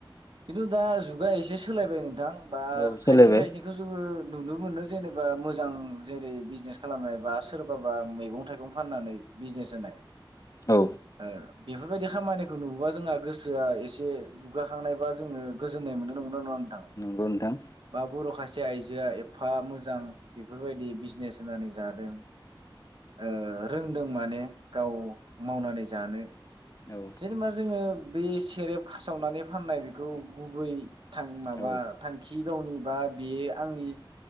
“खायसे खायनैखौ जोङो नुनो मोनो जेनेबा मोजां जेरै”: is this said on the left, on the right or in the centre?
Right